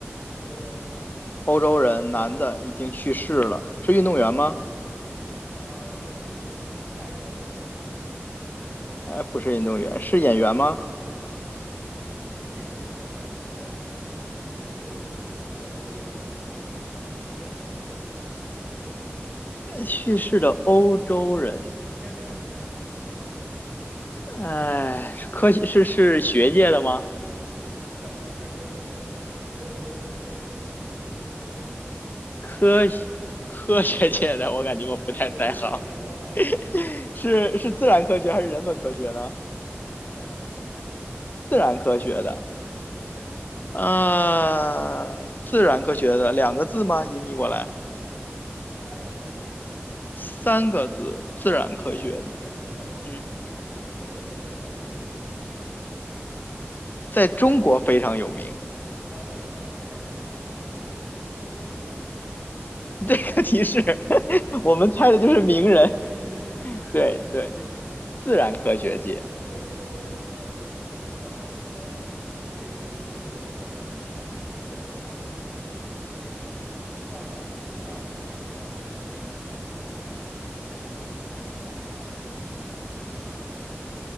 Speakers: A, on the right; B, on the left.
A: 是欧洲人，嗯
B: 欧洲人，男的，已经去世了。是运动员吗？
A: 嗯。呃，不是运动员，下一个我给你猜运动员，
B: 哎，不是运动员，是演员吗？
A: <laughs> 不是演员。你想想，不太可能是演员，对不对？都已经去世了的欧洲人，我们也想不起来几个去世了的欧洲人的演员，对不对？
B: 呃去世的欧洲人，
A: 那肯定是，你应该再往前往前想一想，往前想一想。
B: 哎，是科学是是学界的吗？
A: 对，是科学界的，我也就认识科学界和一些政治人物了，其他的也不认识了。
B: 科学 <laughs> 科学界的，我感觉我不太在行。
A: <laughs> 科学界人太多了，
B: <laughs> 是是自然科学还是人文科学呢？
A: <laughs> 啊，自然科学，自然科学，
B: 自然科学的，
A: 对，
B: 呃，自然科学的两个字吗？音译过来
A: 三个字，
B: 三个字，自然科学的，
A: 给你点提示，给你点提示，
B: 嗯，
A: 就这个人在中国非常有名。
B: 在中国非常有名。
A: 啊，在全国在全球吧，在全球都非常有名，
B: 这个提示，<laughs>
A: <laughs>
B: 我们猜的就是名人，
A: 等于没提，
B: 对对，
A: 等于没提。<laughs>
B: 自然科学界，
A: 但呃你但是但是就是说怎么说呢？就是说在在中国，你可以说我可以说三年级以上的小孩儿或两三年级的小孩儿就认识他，不需要上学，不需要什么上什么自然自然科学，上什么物理、化学、生物什么的就认识他。嗯